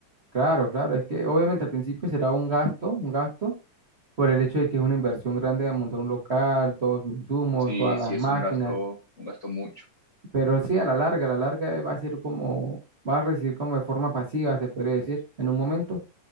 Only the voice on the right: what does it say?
Claro, claro. Es que obviamente al principio será un gasto, un gasto, por el hecho de que es una inversión grande de montar un local, todos sus insumos,
todas las
máquinas.
Pero sí, a la larga, a la larga va a ser como, va a recibir como de forma pasiva, se podría decir, en un momento,